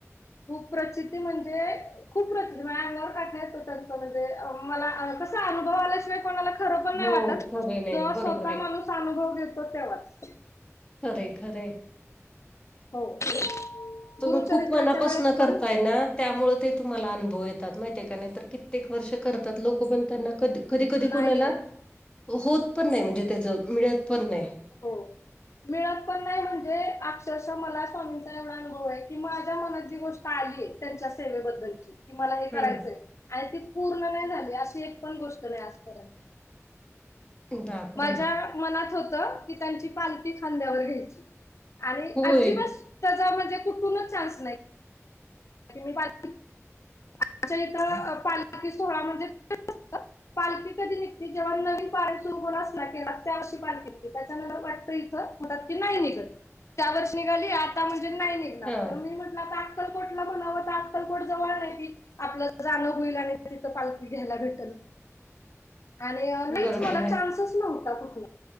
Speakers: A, on the left (about 65°); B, on the left (about 20°).
A: खूप प्रचिती म्हणजे? खूप प्रचिती मग माझ्या अंगावर काठा येतो म्हणजे मला कसा अनुभव आल्याशिवाय कोणाला खर पण नाही
B: हो
A: वाटत
B: खरे नाही
A: जेव्हा
B: बरोबर
A: स्वतः
B: आहे
A: माणूस अनुभव घेतो तेव्हाच.
B: खरं खरंय.
A: हो
B: तुम्ही
A: गुरुचरित्राच्या
B: खूप मनापासन
A: वेळेस पण
B: करताय ना त्यामुळे ते तुम्हाला अनुभव येतात माहिती आहे का नाही तर कित्येक वर्ष करतात लोक पण त्यांना कधी. कधी कधी
A: नाही
B: कोणाला
A: येत.
B: होत पण नाही म्हणजे त्याच मिळत पण नाही.
A: हो मिळत पण नाही म्हणजे अक्षरशः मला स्वामींचा एवढा अनुभव आहे की माझ्या मनात जी गोष्ट आली आहे त्यांच्या सेवेबद्दलची कि मला हे करायचंय
B: हम्म
A: आणि ती पूर्ण नाही झाली अशी एक पण गोष्ट नाही आजपर्यंत.
B: बापरे
A: माझ्या मनात होत की त्यांची पालखी खांद्यावर घ्यायची. आणि
B: होय
A: अजिबात त्याचा म्हणजे कुठूनच चान्स नाही. म्हणजे मी पालखी अच्छा इथे पालखीचा सोहळा म्हणजे पालखी कधी निघते जेव्हा नवीन पारायण सुरू होणार च ना त्या वर्षी पालखी निघते. त्याच्या नंतर पालखी इथ म्हणतात की नाही निघत त्या वर्ष निघाली आता म्हणजे नाही निघणार
B: हा
A: तर मी म्हटलं आता अक्कलकोटला म्हणावं ते अक्कलकोट जवळ आहे की ते आपलं जाणं होईल आणि तिथं पालखी घ्यायला भेटेल. आणि नाहीच
B: बरोबर
A: मला
B: आहे
A: चान्सस नव्हता कुठून